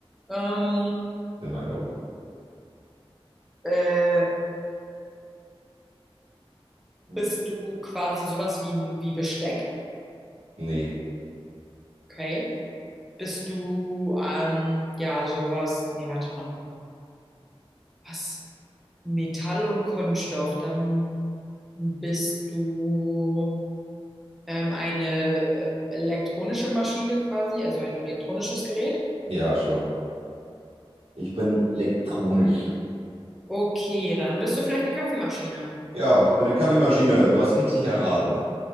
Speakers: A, in the centre; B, on the right.
A: Ähm,
B: in meinen Augen.
A: äh,
B: Hm.
A: Bist du quasi sowas wie, ein- wie Besteck?
B: Nee.
A: Okay. Bist du, ähm, ja, sowas, nee, warte mal. Was? Metall und Kunststoff. Dann bist du ähm, eine ähm, elektronische Maschine quasi, also ein elektronisches Gerät.
B: Ja, schon. Ich bin elektronisch.
A: Okay, dann bist du vielleicht eine Kaffeemaschine.
B: Ja, ich bin eine Kaffeemaschine. Du hast richtig erraten.